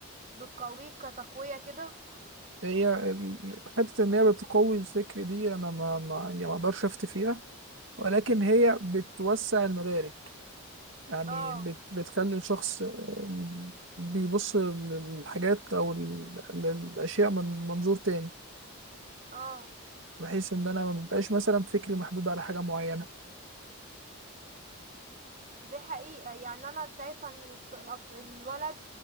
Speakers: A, on the right; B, on the right.
A: بتقويك كتقوية كده
B: هي ال- حتة إن هي بتقوي الفكر دي أنا ما ما يعني ما أقدرش أفتي فيها ولكن هي بتوسع المدارك يعني
A: اه
B: بت بتخلي الشخص آم، بيبص للحاجات أو ال- للأشياء من منظور تاني
A: اه
B: بحيث إن أنا ما ببقاش مثلا فكري محدود على حاجة معينة
A: دي حقيقة يعني انا شايفة ان الط- الأط- الولد